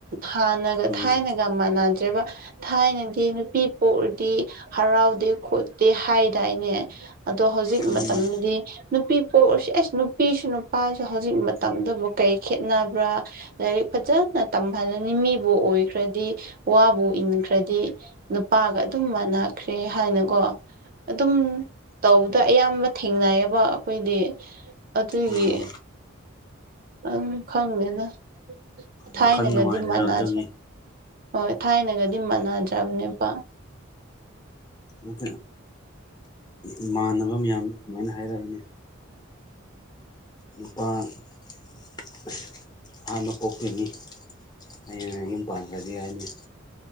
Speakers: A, on the right; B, on the left.
A: ꯍꯥꯟꯅꯒ
B: ꯎꯝ
A: ꯊꯥꯏꯅꯒ ꯌꯥꯝ ꯃꯥꯟꯅꯗ꯭ꯔꯦꯕ ꯊꯥꯏꯅꯗꯤ ꯅꯨꯄꯤ ꯄꯣꯛꯑꯗꯤ ꯍꯔꯥꯎꯗꯦ ꯈꯣꯠꯇꯦ ꯍꯥꯏꯗꯥꯏꯅꯦ ꯑꯗꯣ ꯍꯧꯖꯤꯛ
B: ꯎꯝ
A: ꯃꯇꯝꯗꯗꯤ ꯅꯨꯄꯤ ꯄꯣꯛꯎꯔꯁꯤ ꯑꯁ ꯅꯨꯄꯤꯁꯨ ꯅꯨꯄꯥꯁꯨ ꯍꯧꯖꯤꯛ ꯃꯇꯝꯗꯕꯨ ꯀꯩ ꯈꯦꯠꯅꯕ꯭ꯔꯥ ꯂꯥꯏꯔꯤꯛ ꯐꯖꯅ ꯇꯝꯍꯜꯂꯅꯤ ꯃꯤꯕꯨ ꯑꯣꯏꯈ꯭ꯔꯗꯤ ꯋꯥꯕꯨ ꯏꯟꯈ꯭ꯔꯗꯤ ꯅꯨꯄꯥꯒ ꯑꯗꯨꯝ ꯃꯥꯟꯅꯈ꯭ꯔꯦ ꯍꯥꯏꯅꯀꯣ ꯑꯗꯨꯝ ꯇꯧꯕꯗ ꯑꯌꯥꯝꯕ ꯊꯦꯡꯅꯩꯌꯦꯕ ꯑꯩꯈꯣꯏꯗꯤ ꯑꯗꯨꯒꯤ
B: ꯎꯝ ꯎꯝ
A: ꯎꯝ ꯈꯪꯗꯦꯅ ꯊꯥꯏꯅꯒꯗꯤ
B: ꯋꯥꯈꯜ ꯅꯨꯡꯉꯥꯏꯗꯔꯥ
A: ꯃꯅꯗꯔꯦ
B: ꯑꯗꯨꯒꯤ
A: ꯍꯣꯏ ꯊꯥꯏꯅꯒꯗꯤ ꯃꯥꯟꯅꯗ꯭ꯔꯕꯅꯦꯕ
B: ꯎꯝ ꯏꯃꯥꯟꯅꯕ ꯃꯌꯥꯝꯅ ꯑꯗꯨꯃꯥꯏꯅ ꯍꯥꯏꯔꯛꯏꯅꯦ ꯅꯨꯄꯥꯥ ꯑꯁ ꯍꯥꯟꯕ ꯄꯣꯛꯇꯣꯏꯗꯤ ꯑꯩꯅ ꯌꯨꯝ ꯄꯥꯟꯈ꯭ꯔꯗꯤ ꯍꯥꯏꯅꯤ